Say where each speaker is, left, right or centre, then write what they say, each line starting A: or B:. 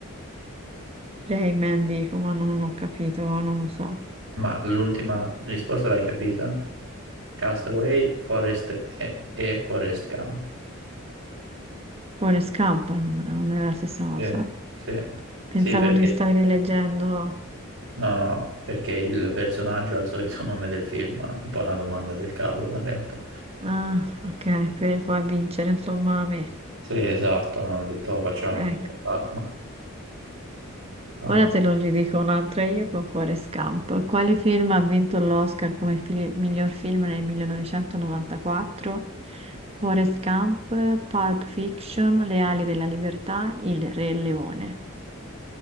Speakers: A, on the right; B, on the right.
A: Rayman dico, ma non ho capito, non lo so.
B: Ma l'ultima risposta l'hai capita? Castaway, Forest e, e Forest Gump.
A: Forrest Gump allora, non è la stessa cosa.
B: Sì, sì,
A: Pensavo
B: Sì, perché,
A: di stare leggendo.
B: no, no, perché il personaggio ha il solito <laughs> nome del film, è un po' una domanda del cavolo in realtà.
A: Ah, ok, per far vincere, insomma, a me.
B: Sì, esatto, hanno detto "Oh, facciamo
A: Ecco.
B: vincere Fatma. Al-
A: Ora te lo ridico un'altra io con Forrest Gump. Quale film ha vinto l'Oscar come fili- miglior film nel 1994? Forrest Gump, Pulp Fiction, Le ali della libertà, Il Re Leone.